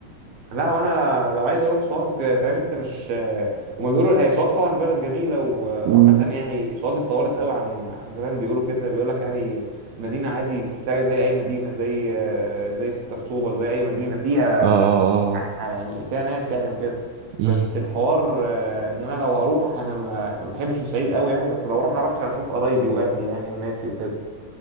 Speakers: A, on the right; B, on the right.
A: لا وانا لو عايز اروح سوهاج آه، فاهم انت مش آه، هما بيقولوا هي سوهاج طبعا بلد جميله وعامه
B: مم.
A: يعني سوهاج اتطورت قوي عن عن زمان بيقولوا كده بيقول لك يعني المدينه عادي تحسها زي اي مدينه زي آه، زي 6 اكتوبر زي اي مدينه فيها
B: آه آه
A: ح-
B: آه
A: يعني فيها ناس يعني وكده
B: مم.
A: بس الحوار آه، ان انا لو هروح انا ما ما بحبش الصعيد قوي يعني بس لو اروح هروح عشان اشوف قرايبي واهلي يعني وناسي وكده